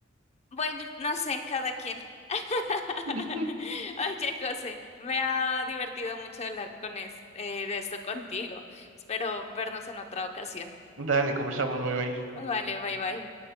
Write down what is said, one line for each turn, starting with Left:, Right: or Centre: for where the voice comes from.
Left: bueno, no sé, cada quien. <laughs>
Right: <laughs>
Left: Oye, José, me ha divertido mucho hablar con es- eh, de esto contigo. Espero vernos en otra ocasión.
Right: Dale, conversamos, bye bye.
Left: Vale, bye bye.